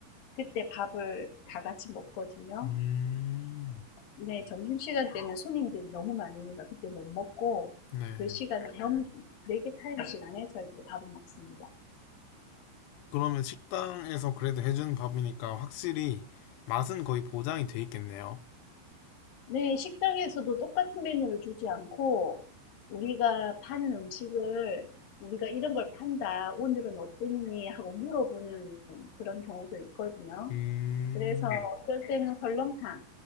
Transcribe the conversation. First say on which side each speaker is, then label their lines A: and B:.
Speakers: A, on the left; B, on the left.
A: 그때 밥을 다 같이 먹거든요.
B: 음,
A: 네, 점심시간 때는 손님들이 너무 많으니까 그때 못 먹고
B: 네.
A: 그 시간을 넘긴 브레이크 타임 시간에 저희들이 밥을 먹습니다.
B: 그러면 식당에서 그래도 해주는 밥이니까 확실히 맛은 거의 보장이 돼 있겠네요.
A: 네, 식당에서도 똑같은 메뉴를 주지 않고 우리가 파는 음식을 우리가 이런 걸 판다, 오늘은 어땠니? 하고 물어보는 그런 경우도 있거든요.
B: 음,
A: 그래서 네. 어떨 때는 설렁탕,